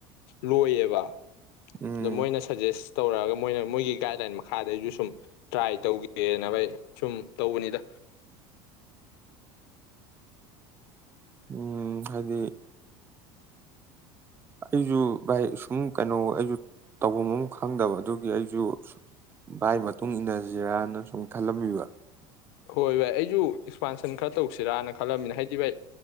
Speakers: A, on the left (about 75°); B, on the right (about 15°).
A: ꯂꯣꯏꯌꯦꯕ
B: ꯎꯝ
A: ꯑꯗꯣ ꯃꯣꯏꯅ ꯁꯖꯦꯁ ꯇꯧꯔꯛꯑꯒ ꯃꯣꯏꯅ ꯃꯣꯏꯒꯤ ꯒꯥꯏꯗꯂꯥꯏꯟ ꯃꯈꯥꯗꯁꯨ ꯁꯨꯝ ꯇ꯭ꯔꯥꯏ ꯇꯧꯒꯦꯅꯅꯕ ꯁꯨꯝ ꯇꯧꯕꯅꯤꯗ
B: ꯎꯝ ꯍꯥꯏꯗꯤ ꯑꯩꯁꯨ ꯚꯥꯏ ꯁꯨꯝ ꯀꯩꯅꯣ ꯑꯩꯁꯨ ꯇꯧꯐꯝ ꯑꯃ ꯈꯪꯗꯕ ꯑꯗꯨꯒꯤ ꯑꯩꯁꯨ ꯚꯏ ꯃ ꯃꯇꯨꯡꯨꯡ ꯏꯟꯅꯁꯤꯔꯅ ꯁꯨꯝ ꯈꯜꯂꯝꯕꯤꯕ
A: ꯍꯣꯏ ꯚꯥꯏ ꯑꯩꯁꯨ ꯑꯦꯛꯁꯄꯥꯟꯁꯟ ꯈꯔ ꯇꯧꯁꯤꯔꯅ ꯈꯜꯂꯝꯃꯤꯅ ꯍꯥꯏꯗꯤ ꯚꯥꯏ